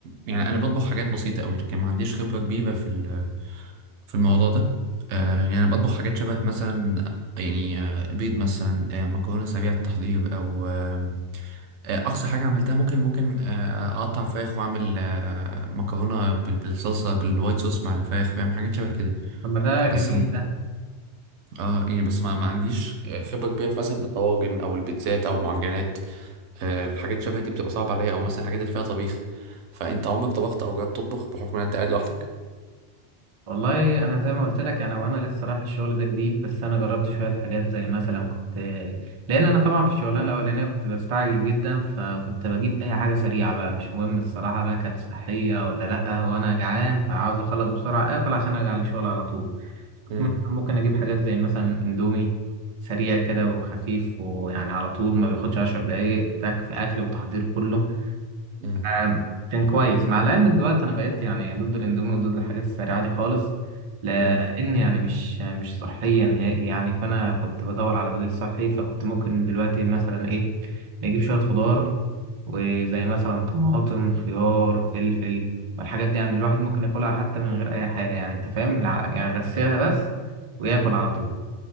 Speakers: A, on the right; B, on the right.
A: يعني انا بطبخ حاجات بسيطه قوي لكن ما عنديش خبره كبيره في ال- في الموضوع ده آه، يعني انا بطبخ حاجات شبه مثلا يعني آه، بيض مثلا آه، مكرونه سريعه التحضير او آه، آه، اقصى حاجه عملتها ممكن ممكن آه، اقطع فراخ واعمل آه، مكرونه بال- بالصلصه بالوايت صوص مع الفراخ فاهم حاجات شبه كده
B: طب ما ده جميل
A: بس م-
B: ده
A: اه يعني بس ما, ما عنديش خبره كبيره مثلا بالطواجن او البيتزات او المعجنات آه، الحاجات شبه دي بتبقى صعبة عليا او مثلا الحاجات اللي فيها طبيخ فانت عمرك طبخت او جربت تطبخ بحكم ان انت قاعد لوحدك
B: والله انا زي ما قلت لك انا وانا لسه رايح الشغل ده جديد بس انا جربت شويه حاجات زي مثلا كنت لان انا طبعا في الشغلانه الاولانيه كنت بستعجل جدا فكنت بجيب اي حاجه سريعه بقى مش مهم الصراحه بقى كانت صحيه ولا لا وانا جعان فعاوز اخلص بسرعه اكل عشان ارجع للشغل على طول كنت
A: امم
B: مثلاً ممكن اجيب حاجات زي مثلا اندومي سريع كده وخفيف ويعني على طول ما بياخدش عشر دقايق تك في اكل وتحضير كله
A: امم
B: آم، كان كويس مع العلم دلوقتي انا بقيت يعني ضد الاندومي وضد الحاجات السريعه دي خالص لان
A: امم
B: يعني مش مش صحيه نهائي يعني فانا كنت بدور على بديل صحي فكنت ممكن دلوقتي مثلا ايه نجيب شويه خضار وزي مثلا طماطم خيار فلفل والحاجات دي يعني الواحد ممكن ياكلها حتى من غير اي حاجه يعني انت فاهم الع- يعني غسلها بس وياكل على طول